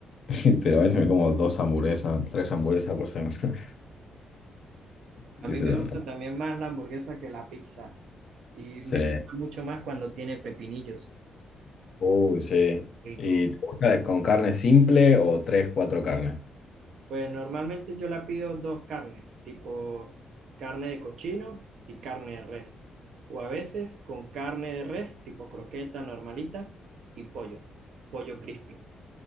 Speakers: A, on the left; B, on the right.
A: <laughs> Pero a veces me como dos hamburguesas, tres hamburguesas por semana. <laughs> Eso
B: A mí me
A: también.
B: gusta también más la hamburguesa que la pizza. Y
A: Sí.
B: me gusta mucho más cuando tiene pepinillos.
A: Uy, sí.
B: Rico.
A: ¿Y te gusta de- con carne simple o tres, cuatro carnes?
B: Pues normalmente yo la pido dos carnes, tipo carne de cochino y carne de res. O a veces con carne de res, tipo croqueta normalita y pollo, pollo crispy.